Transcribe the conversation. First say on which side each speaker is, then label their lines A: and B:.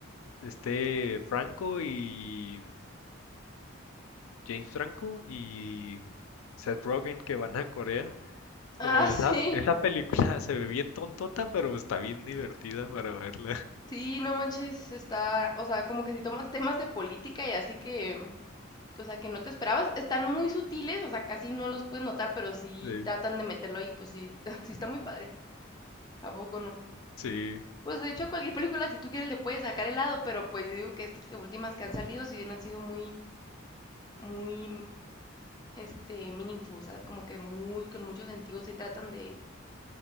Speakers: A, on the left (about 80°); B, on the left (about 20°).
A: Este Franco y James Franco y Seth Rogen que van a Corea. Como
B: Ah,
A: esa,
B: sí,
A: esa película se ve bien tontota, pero está bien divertida para verla. <laughs>
B: sí, no manches, está o sea, como que si toman temas de política y así que que, o sea, que no te esperabas. Están muy sutiles, o sea, casi no los puedes notar, pero sí
A: Sí,
B: tratan de meterlo ahí, pues sí, <laughs> sí está muy padre, ¿a poco no?
A: sí.
B: Pues, de hecho, a cualquier película, si tú quieres, le puedes sacar el lado, pero, pues, yo digo que estas que últimas que han salido, sí bien han sido muy muy, mm, este, meaningful, ¿sabes? Como que muy, con mucho sentido, se tratan de,